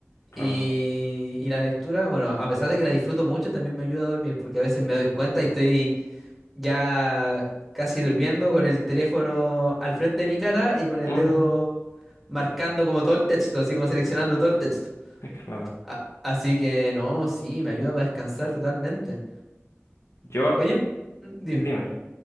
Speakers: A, on the left (about 80°); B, in the centre.
A: Claro.
B: Y, y la lectura, bueno, a pesar de que la disfruto mucho, también me ayuda a dormir, porque a veces me doy cuenta y estoy ya casi durmiendo con el teléfono al frente de mi cara y con el
A: Mm,
B: dedo marcando como todo el texto, así como seleccionando todo el texto.
A: es claro.
B: A- así que no, sí, me ayuda para descansar totalmente.
A: Yo,
B: Oye, mm, dime.
A: dime.